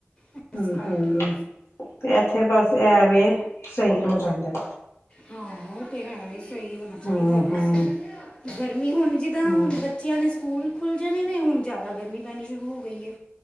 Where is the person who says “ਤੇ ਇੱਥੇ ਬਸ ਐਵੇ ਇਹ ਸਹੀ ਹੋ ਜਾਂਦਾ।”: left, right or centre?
Left